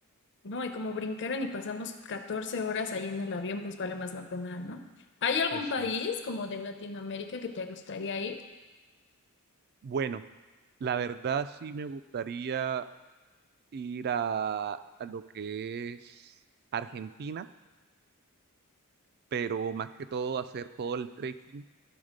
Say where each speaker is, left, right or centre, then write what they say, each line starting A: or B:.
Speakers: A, on the left (about 55°); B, on the right (about 45°).
A: No, y como brincaron y pasamos 14 horas ahí en el avión, pues vale más la pena, ¿no? ¿Hay algún
B: Pues sí.
A: país como de Latinoamérica que te gustaría ir?
B: Bueno, la verdad sí me gustaría ir a, a lo que es Argentina, pero más que todo hacer todo el trekking